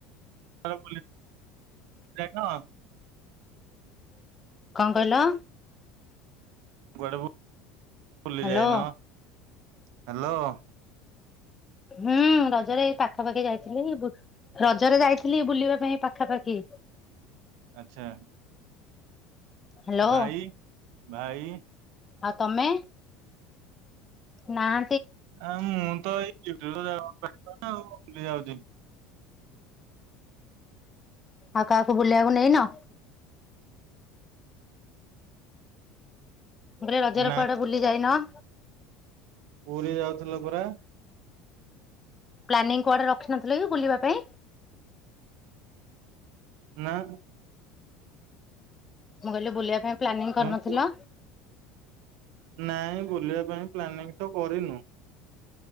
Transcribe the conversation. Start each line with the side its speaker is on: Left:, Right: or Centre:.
Right: ଆଉ ବୁଲି ଯାଇନ?
Left: କଣ କହିଲ?
Right: କୁଆଡକୁ ବୁଲି
Left: ହ୍ୟାଲୋ
Right: ଯାଇନ? ହ୍ୟାଲୋ।
Left: ହୁଁ ରଜରେ ଏ ପାଖାପାଖି ଯାଇଥିଲି ଗୁ- ରଜରେ ଯାଇଥିଲି ବୁଲିବା ପାଇଁ ପାଖାପାଖି।
Right: ଆଚ୍ଛା।
Left: ହ୍ୟାଲୋ
Right: ଭାଇ ଭାଇ
Left: ଆଉ ତୋମେ? ନା
Right: ଆଉ ମୁଁ ତ ଏଇ <unintelligible> ଆଉ ବୁଲି ଯାଉଚି ମୁଁ।
Left: ଆଉ କାହାକୁ ବୁଲିଇବାକୁ ନେଇନ? ମୁଁ କହିଲି ରଜ ରେ
Right: ନା
Left: କୁଆଡେ ବୁଲି ଯାଇନ?
Right: ପୁରୀ ଯାଉଥିଲ ପରା?
Left: ପ୍ଲାନିଂ କୁଆଡେ ରଖିନଥିଲ କି ବୁଲିବା ପାଇଁ?
Right: ନାରେ।
Left: ମୁଁ କହିଲି ବୁଲିବା ପାଇଁ ପ୍ଲାନିଂ କରିନଥିଲ?
Right: ତମେ ପୁରୀ ନାଇଁ ବୁଲିବା ପାଇଁ ପ୍ଲାନିଂ ତ କରିନୁ।